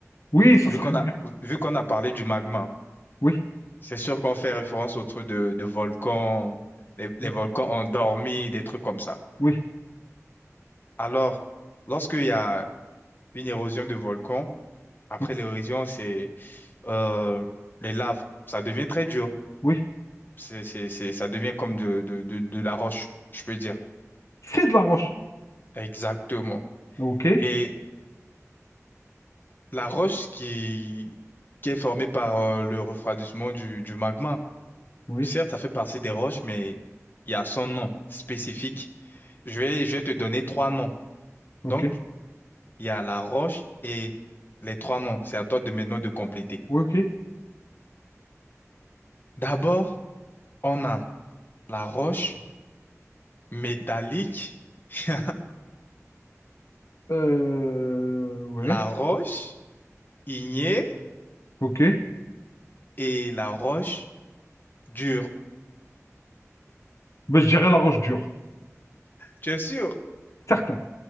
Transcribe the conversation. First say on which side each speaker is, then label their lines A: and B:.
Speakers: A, on the left; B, on the left.
A: Oui, ça
B: Vu
A: serait
B: qu'on
A: bien.
B: a, vu qu'on a parlé du magma,
A: Oui,
B: c'est sûr qu'on fait référence au truc de, de volcan, les, les
A: Ouais.
B: volcans ont dormi, des trucs comme ça.
A: oui,
B: Alors, lorsqu'il y a une érosion de volcan, après
A: oui,
B: l'érosion, c'est euh, les laves. Ça devient très dur.
A: oui.
B: C'est, c'est, c'est- ça devient comme de, de, de, de la roche, je peux dire.
A: C'est de la roche.
B: Exactement.
A: OK?
B: Et la roche qui, qui est formée par euh, le refroidissement du, du magma,
A: Oui.
B: certes, ça fait partie des roches, mais il y a son nom spécifique. Je vais, je vais te donner trois noms.
A: Ok.
B: Donc, il y a la roche et les trois noms. C'est à toi de maintenant de compléter.
A: Ouais, ok.
B: D'abord, on a la roche métallique, <laughs>
A: Euh, ouais.
B: la roche ignée
A: Ok.
B: et la roche dure.
A: Bah, je dirais la roche dure.
B: Tu es sûr?
A: Certain.